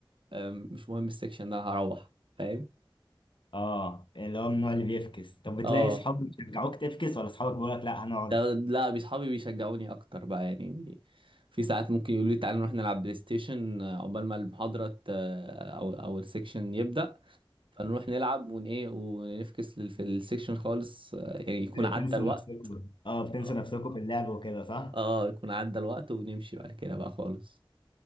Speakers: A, on the right; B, on the left.
A: آه، مش مهم السيكشن ده هروح فاهم
B: اه اللي هو من النوع اللي بيفكس طب بتلاقي
A: اه
B: صحابك بيشجعوك تفكس ولا صحابك بيقولك لا هنقعد
A: ده لا اصحابي بيشجعوني اكتر بقى يعني بي... في ساعات ممكن يقولوا لي تعالى نروح نلعب بلاي ستيشن آه، عقبال ما المحاضرة ت- آه، او او السيكشن يبدأ فنروح نلعب ون ايه ونفكس لل- في السيكشن خالص آه، يعني
B: <laughs>
A: يكون
B: تنسوا
A: عدى الوقت
B: نفسكم اه بتنسوا
A: اه
B: نفسكم في اللعب وكده صح
A: آه، يكون عدى الوقت ونمشي بعد كده بقى خالص